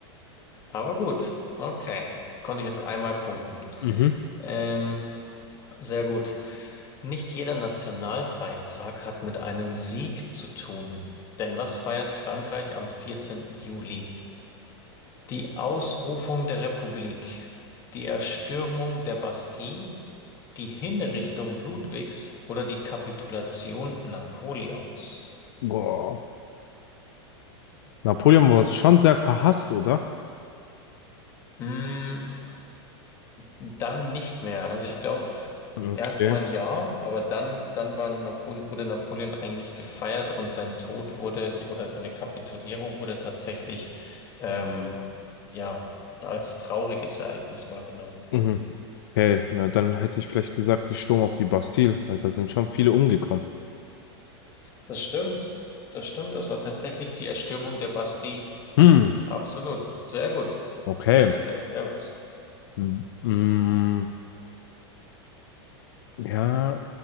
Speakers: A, on the left; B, on the left.
A: Aber gut, okay. Konnte ich jetzt einmal punkten.
B: Mhm.
A: Ähm, sehr gut. Nicht jeder Nationalfeiertag hat mit einem Sieg zu tun. Denn was feiert Frankreich am 14. Juli? Die Ausrufung der Republik, die Erstürmung der Bastille, die Hinrichtung Ludwigs oder die Kapitulation Napoleons?
B: Boah. Napoleon war schon sehr verhasst, oder?
A: Mm, Dann nicht mehr. Also ich glaube,
B: Okay.
A: erstmal ja, aber dann, dann war Napole wurde Napoleon eigentlich gefeiert und sein Tod wurde oder seine Kapitulierung wurde tatsächlich ähm, ja als trauriges Ereignis wahrgenommen.
B: Mhm. Okay, na dann hätte ich vielleicht gesagt, die Sturm auf die Bastille, weil da sind schon viele umgekommen.
A: Das stimmt. Das stimmt. Das war tatsächlich die Erstürmung der Bastille.
B: Hm,
A: Absolut. Sehr gut.
B: okay.
A: Sehr gut, sehr gut, sehr gut.
B: Hm, mm, ja,